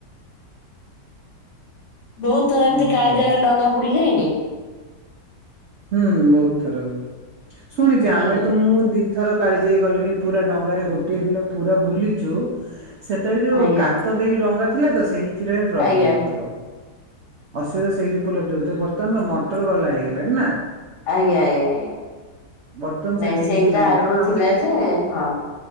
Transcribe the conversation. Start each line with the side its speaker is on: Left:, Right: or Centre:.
Left: ବହୁତ ଥର ଏମତି
Right: ଓ
Left: କାଳିଜାଇ
Right: ହଉ
Left: ରେ ଡଙ୍ଗାୁ ବୁଡ଼ି ଯାଇନି?
Right: ହୁଁ, ବହୁତ ଥର। ଶୁଣିଛି
Left: ହୁଁ
Right: ଆମେ ତ ମୁଁ ଦି ଥର କାଳିଜାଇ ଗଲିଣି ପୁରା ଡଙ୍ଗାରେ ଗୋଟିଏ ଦିନ ପୁରା ବୁଲିଛୁ ସେତବେଳେ ଯୋଉ
Left: ଆଜ୍ଞା
Right: କାତ ଦେଇକି ଡଙ୍ଗା ଥିଲା ତ, ସେଇଥିରେ ହିଁ ପ୍ରୋବ୍ଲେମ
Left: ଆଜ୍ଞା ଆଜ୍ଞା।
Right: ହଉଥିବ। ଅସୁବିଧା ସେଇଠ ଉପଲବ୍ଧ ହେଉଥିବ। ବର୍ତ୍ତମାନ ତ ମଟର ବାଲା ହେଇଗଲାଣି ନା।
Left: ଆଜ୍ଞା, ଆଜ୍ଞା, ଆଜ୍ଞା
Right: ବର୍ତ୍ତମାନ ସେମିତି
Left: ନାଇଁ ସେଇଟା
Right: କିଛି ନାହିଁ
Left: ଆଗରୁ
Right: କାରଣ ଆମେ
Left: ଥିଲା ଯେ ହଁ